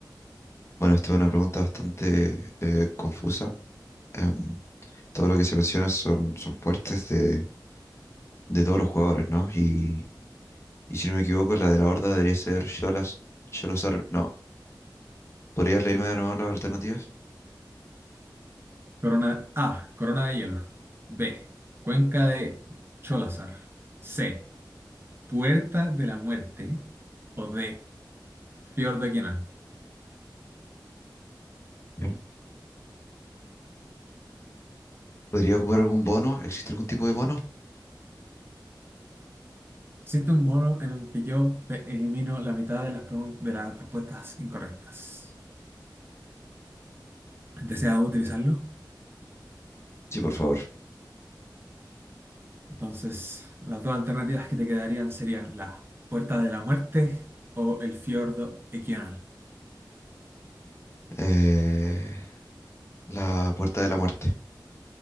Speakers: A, on the left (about 35°); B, on the right (about 30°).
A: Bueno, esta es una pregunta bastante eh, confusa. Em, todo lo que se menciona son, son fuertes de, de todos los jugadores, ¿no? Y, y si no me equivoco, la de la Horda debería ser Sholas, Sholazar. No, ¿podrías leerme de nuevo las alternativas?
B: Corona A. Corona de Hielo. B. Cuenca de Cholazar. C. Puerta de la Muerte o D. Fiordo Aquional.
A: Bien. ¿Podría ocupar algún bono? ¿Existe algún tipo de bono?
B: Existe un bono en el que yo te elimino la mitad de las, pregun- de las respuestas incorrectas. ¿Deseas utilizarlo?
A: Sí, por favor.
B: Entonces, las dos alternativas que te quedarían serían la Puerta de la Muerte o el Fiordo Equional.
A: Eh, la Puerta de la Muerte.